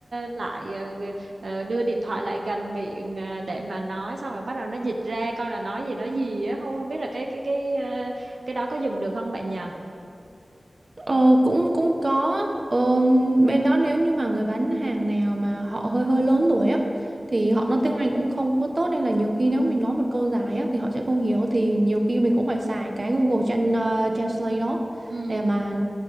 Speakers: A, on the right; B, on the right.
A: lại Ờ, đưa điện thoại lại gần miệng à, để mà nói xong rồi bắt đầu nó dịch ra coi là nói gì nói gì á không không biết là cái cái cái ờ, cái đó có dùng được không bạn nhỉ
B: Ờ, cũng cũng có ờ, bên đó nếu như mà người bán hàng nào mà họ hơi hơi lớn tuổi á thì họ nói tiếng Anh cũng không có tốt nên là nhiều khi nếu mình nói một câu dài á thì họ sẽ không hiểu thì nhiều khi mình cũng phải xài cái Google Tran- ờ, Translate đó
A: ừ
B: để mà nói